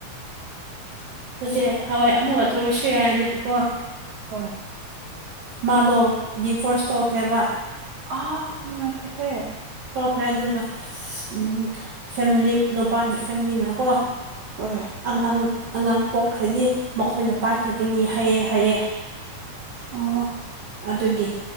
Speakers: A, on the right; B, on the right.
A: ꯅꯠꯇꯩ
B: ꯑꯗꯨ ꯑꯃꯨꯛꯀ
A: ꯍꯋꯥꯏ ꯑꯃꯨꯛ ꯇꯧꯔꯁꯨ ꯌꯥꯏ ꯑꯗꯨꯕꯨꯀꯣ
B: ꯍꯣꯏ
A: ꯃꯥꯗꯣ ꯗꯤ ꯐꯣꯔꯁ ꯇꯧꯈ꯭ꯔꯦꯕ
B: ꯑꯥ ꯅꯨꯡꯉꯥꯏꯇꯦꯍꯦ
A: ꯇꯧꯈ꯭ꯔꯦ ꯑꯗꯨꯒ ꯎꯝ ꯐꯦꯝꯂꯤ ꯅꯨꯄꯥꯒꯤ ꯐꯦꯝꯂꯤꯅꯀꯣ
B: ꯍꯣꯏ
A: ꯑꯉꯥꯡ ꯑꯉꯥꯡ ꯄꯣꯛꯈ꯭ꯔꯗꯤ ꯃꯈꯣꯏꯅ ꯄꯥꯏꯈ꯭ꯔꯒꯅꯤ ꯍꯥꯏꯑꯦ ꯍꯥꯏꯑꯦ
B: ꯑꯣ
A: ꯑꯗꯨꯒꯤ